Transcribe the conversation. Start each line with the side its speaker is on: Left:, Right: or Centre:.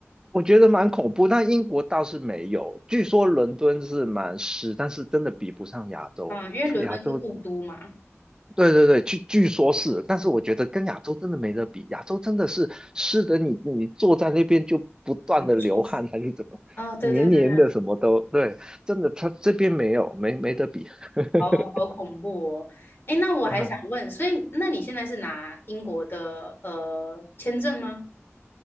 Right: 我觉得蛮恐怖。那英国倒是没有，据说伦敦是蛮湿，但是真的比不上亚洲，
Left: 嗯，因为伦敦是雾都嘛，
Right: 亚洲对对对，据据说是，但是我觉得跟亚洲真的没得比，亚洲真的是湿的你，你坐在那边就不断的流汗还是怎么，
Left: 很不舒服。哦，对对对对
Right: 黏黏的什么都，对，真的他这边没有，没没得比。
Left: <laughs>，
Right: <laughs>
Left: 好好恐怖哦。哎，那我还想问，
Right: 啊，
Left: 所以那你现在是拿英国的呃签证吗？